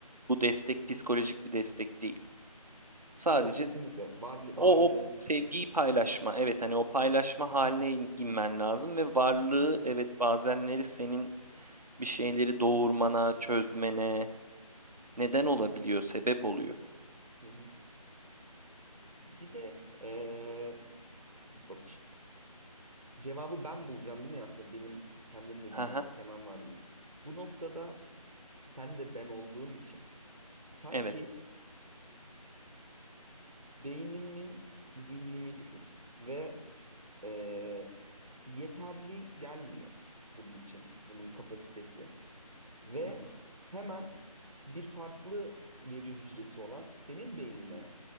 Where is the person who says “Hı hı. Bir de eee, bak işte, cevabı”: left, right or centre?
Right